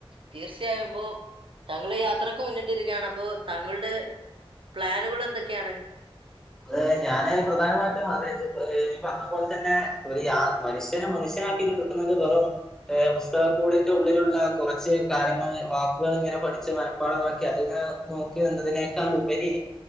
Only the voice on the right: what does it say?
തീർച്ചയായും ഇപ്പോതാങ്കള് യാത്രക്ക് മുന്നിട്ടിരിക്കയാണ് അപ്പോ താങ്കളുടെ പ്ലാനുകൾ എന്തൊക്കെയാണ്